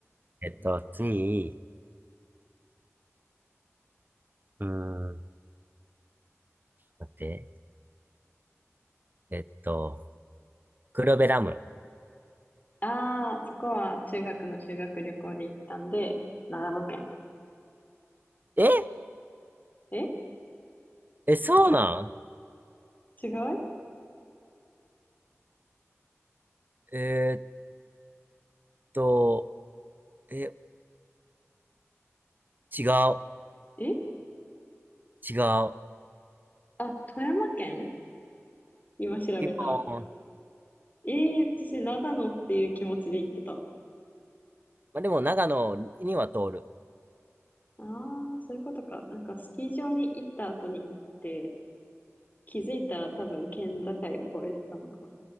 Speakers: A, on the right (about 40°); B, on the left (about 35°).
A: えっと、次、うーん、待って。えっと、黒部ダム。
B: <laughs> ああ、そこは中学の修学旅行で行ったんで、長野県。
A: え
B: え
A: え、そうなん
B: 違う
A: えーっと、え、違う。
B: え
A: 違う。
B: あ、富山県今調べたら。
A: ピンポーン。
B: えー、私長野っていう気持ちで行ってた。
A: まあ、でも長野には通る。
B: ああ、そういうことか。なんかスキー場に行った後に行って、気づいたら多分県境を越えてたのか。